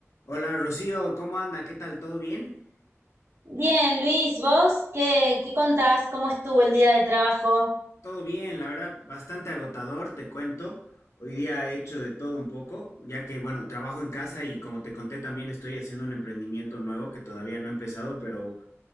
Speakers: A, on the left; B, on the right.
A: Hola Rocío, ¿cómo anda? ¿Qué tal? ¿Todo bien?
B: Bien, Luis, ¿vos qué, qué contás? ¿Cómo estuvo el día de trabajo?
A: Todo bien, la verdad, bastante agotador, te cuento. Hoy día he hecho de todo un poco, ya que, bueno, trabajo en casa y como te conté también estoy haciendo un emprendimiento nuevo que todavía no he empezado, pero